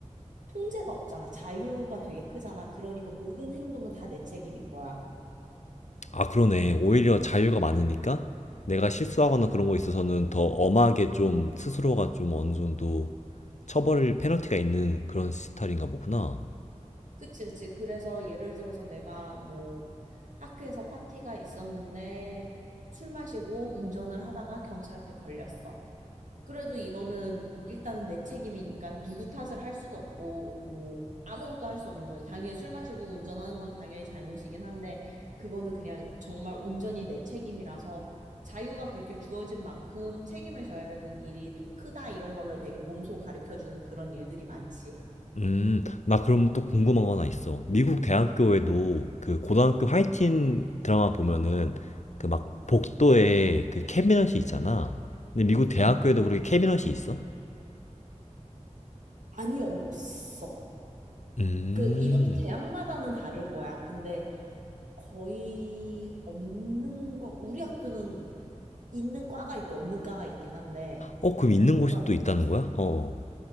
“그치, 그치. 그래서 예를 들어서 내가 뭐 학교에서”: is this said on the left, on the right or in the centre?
Right